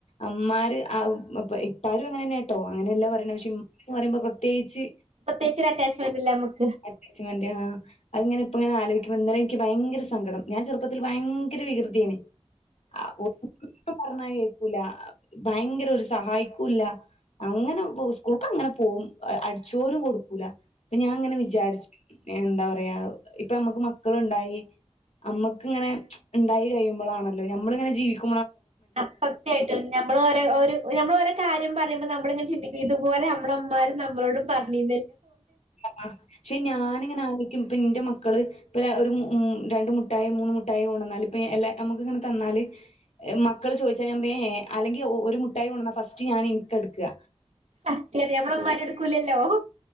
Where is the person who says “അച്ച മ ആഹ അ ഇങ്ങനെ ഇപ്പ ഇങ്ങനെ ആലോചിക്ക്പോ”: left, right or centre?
Left